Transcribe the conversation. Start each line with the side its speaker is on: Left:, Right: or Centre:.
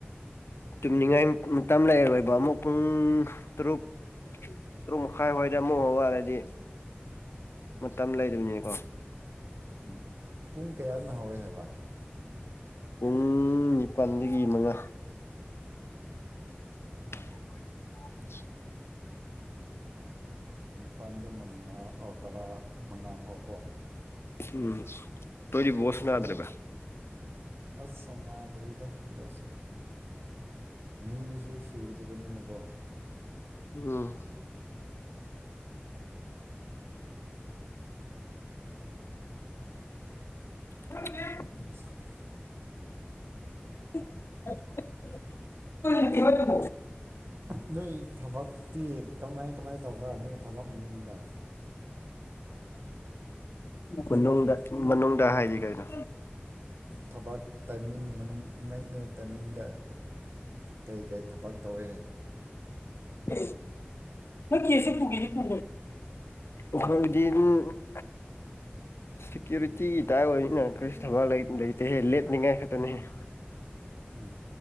Left: ꯇꯨꯝꯅꯤꯡꯉꯥꯏ ꯃꯇꯝ ꯂꯩꯔꯣꯏꯕ ꯑꯃꯨꯛ ꯄꯨꯡ ꯇꯔꯨꯛ ꯔꯨꯝꯃ ꯈꯥꯏ ꯍꯣꯏꯗ ꯃꯨꯍꯣ ꯋꯥꯔꯦꯗꯤ ꯃꯇꯝ ꯂꯩꯗꯕꯅꯤꯀꯣ
Right: ꯎꯝ ꯎ ꯄꯨꯡ ꯀꯌꯥꯅ ꯍꯧꯋꯏ ꯍꯥꯏꯕ
Left: ꯄꯨꯡ ꯅꯤꯄꯜꯗꯒꯤ ꯃꯉꯥ <unintelligible>
Right: ꯎꯝ ꯅꯤꯄꯥꯜꯗꯅ ꯃꯉꯥ ꯇꯔꯥ ꯃꯉꯥ ꯐꯥꯎ ꯀꯣ
Left: ꯎꯝ ꯇꯣꯏꯔꯤ ꯣꯁꯅꯗ꯭ꯔꯦꯕ
Right: ꯅꯣꯏ ꯑꯁ ꯁꯝꯅꯥꯗ꯭ꯔꯔꯤꯗꯗꯁꯤ ꯃꯤꯁꯨ ꯁꯨꯗꯕꯅꯤꯅꯀꯣ
Left: ꯎꯝ ꯎꯦ
Right: ꯃ ꯁꯛꯂꯦ
Left: ꯎꯝ <unintelligible> <unintelligible>
Right: ꯅꯣꯏ ꯊꯕꯛꯇꯤ ꯀꯃꯥꯏ ꯀꯃꯥꯏ ꯇꯧꯕ꯭ꯔꯥ ꯅꯣꯏ ꯊꯕꯛ ꯃꯅꯨꯡꯗ
Left: ꯃꯅꯨꯡꯗ ꯃꯅꯨꯡꯗ ꯍꯥꯏꯗꯤ ꯀꯩꯅꯣ
Right: ꯊꯕꯛ ꯇꯥꯏꯃꯤꯡ ꯃꯅꯨꯡ ꯅꯣꯏ ꯅꯣꯏ ꯇꯥꯏꯃꯤꯡꯗ ꯀꯔꯤ ꯀꯔꯤ ꯊꯕꯛ ꯇꯧꯋꯦ
Left: ꯎꯝ ꯅꯪ ꯀꯦꯁꯈꯤꯈ ꯎꯈꯔꯗꯤꯝ <unintelligible> ꯁꯦꯀ꯭ꯌꯨꯔꯤꯇꯤꯒꯤ ꯇꯥꯏꯞ ꯑꯣꯏꯅꯤꯅ ꯀꯔꯤꯁꯨ ꯊꯕꯛ ꯂꯩꯇꯦꯍꯦ ꯂꯦꯞꯅꯤꯡꯉꯥꯏ ꯈꯛꯇꯅꯤꯍꯦ
Right: ꯎꯝ